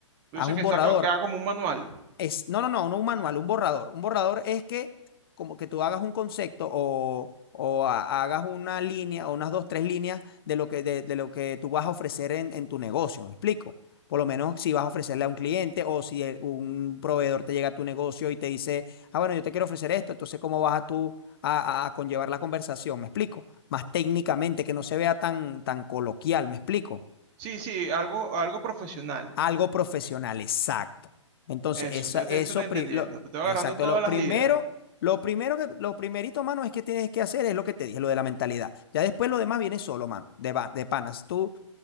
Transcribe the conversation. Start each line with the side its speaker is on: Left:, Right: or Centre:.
Right: Tú
Left: Haz
Right: dices
Left: un
Right: que,
Left: borrador
Right: sea co- que haga como un manual.
Left: Es, no, no, no, no un manual, un borrador. Un borrador es que como que tú hagas un concepto o, o ha- hagas una línea o unas dos, tres líneas de lo que, de, de lo que tú vas a ofrecer en, en tu negocio, ¿me explico? Por lo menos si vas a ofrecerle a un cliente o si el- un proveedor te llega a tu negocio y te dice, ah, bueno, yo te quiero ofrecer esto, entonces ¿cómo vas a tú a, a- a conllevar la conversación? ¿Me explico? Más técnicamente, que no se vea tan, tan coloquial, ¿me explico?
Right: Sí, sí, algo, algo profesional.
Left: Algo profesional, exacto. Entonces,
Right: Eso,
Left: esa,
Right: sí, yo
Left: eso,
Right: te, te estoy entendiendo.
Left: pri- lo,
Right: Te estoy agarrando
Left: exacto,
Right: todas
Left: lo
Right: las
Left: primero,
Right: ideas.
Left: lo primero que, lo primerito, mano, es que tienes que hacer es lo que te dije, lo de la mentalidad. Ya después lo demás viene solo, mano, de, va- de panas. Tú,